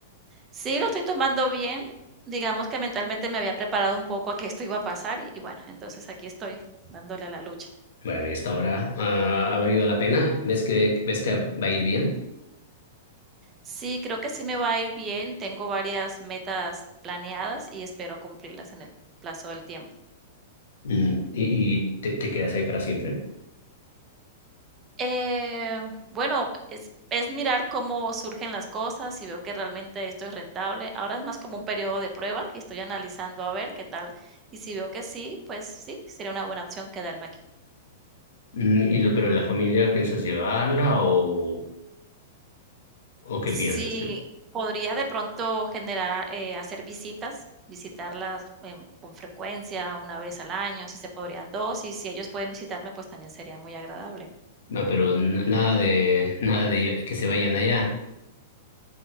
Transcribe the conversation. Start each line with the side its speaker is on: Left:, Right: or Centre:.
Right: Sí, lo estoy tomando bien. Digamos que mentalmente me había preparado un poco a que esto iba a pasar y, y bueno, entonces aquí estoy dándole a la lucha.
Left: Bueno, y esta hora ah, ha valido la pena. ¿Ves que, ves que va a ir bien?
Right: Sí, creo que sí me va a ir bien. Tengo varias metas planeadas y espero cumplirlas en el plazo del tiempo.
Left: Mm, ¿Y, y te, te quedas ahí para siempre?
Right: Eh, bueno, es, es mirar cómo surgen las cosas, si veo que realmente esto es rentable. Ahora es más como un periodo de prueba y estoy analizando a ver qué tal. Y si veo que sí, pues sí, sería una buena opción quedarme aquí.
Left: Mm, y lo, pero la familia, ¿piensas llevarla o, o qué
Right: Sí,
Left: piensas? Que,
Right: podría de pronto generar, eh, hacer visitas, visitarlas em, con frecuencia, una vez al año, si se podrían dos, y si ellos pueden visitarme, pues también sería muy agradable.
Left: no, pero n- nada de, nada de lle- que se vayan allá.